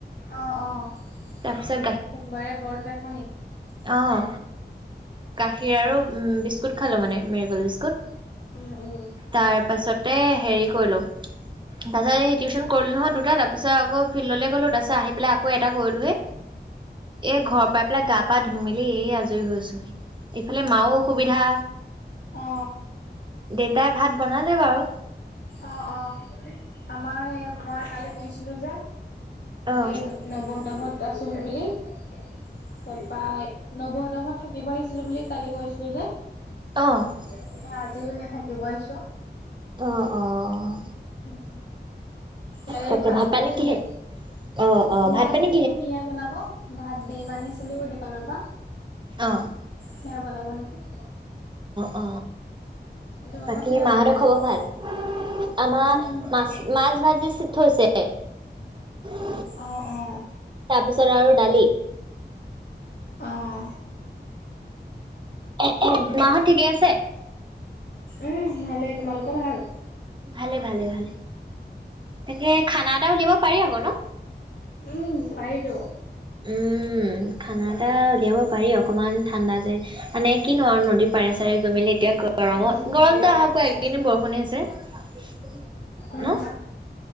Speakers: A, on the left; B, on the right.
A: অ অ সোমবাৰে
B: তাৰপিছত
A: ব্ৰট ৰাখা নেকি
B: অঁ গাখীৰ আৰু উম বিস্কুট খালো মানে মেৰিগল বিস্কুট
A: উম উম
B: তাৰ পাছতে হেৰি কৰিলো তাৰ পিছত সেই টিউশচন কৰিলো নহয় দুটা তাৰ পিছত আকৌ ফিল্ডলৈ গলো তাৰ পিছত আহি পেলাই আকৌ এটা কৰিলো হে এ ঘৰ পাই পেলাই গা পা ধুই মেলি এই আজৰি হৈছোহি। ইফালে মাও অসুবিধা
A: অ
B: দেউতাই ভাত বনালে বাৰু।
A: অ অ আমাৰ সেই মই কালি কৈছিলো যে
B: আহ
A: এই নৱহেট ঘট আছোহি বুলি তাৰপা নৱহেট ঘট- থাকিব আহিছিলো বুলি কালি কৈছিলো যে। ভাত,
B: অ
A: যোৱে থাকিব আহিছো।
B: অহ - অহ
A: উম আয়ৈ
B: তাকে
A: চাহ
B: ভাত
A: খাইছোহে
B: পানী কিহে অ অ
A: ভাত
B: পানী
A: জানো কিহে বনাব ভাত দিম আনিছিলো দোকানৰ পা
B: অহ
A: সেয়া বনাব নেকি। <inaudible>
B: অ
A: তোমালোকৰ
B: বাকী
A: সেয়া
B: মাহতৰ
A: ওলালে তেতিয়া
B: খবৰ ভাল? আমাৰ
A: উম উম ভালেই।
B: মাছ -মাছ ভাজি থৈছে। <inaudible>
A: অহ - অহ
B: তাৰ পিছত আৰু দালি
A: অহ
B: এহ -এহ মাহত ঠিকে আছে?
A: উম, ভালেই তোমালোকৰ ভাল?
B: ভালে -ভালে - ভালে। তাকে খানা এটা উলিয়াব পাৰি আক ন'?
A: উম, পাৰিটো।
B: উম, খানা এটা উলিয়াব পাৰি অকমান ঠাণ্ডা যে মানে কিনো আৰু নদীৰ পাৰে- চাৰে গৈ মিলি এতিয়া গৰমত
A: উম
B: গৰমটো
A: নদীৰ পাৰ
B: থাক
A: অ'।
B: বয়ে এইকেইদিন বৰষুণে আছে ন'?
A: উম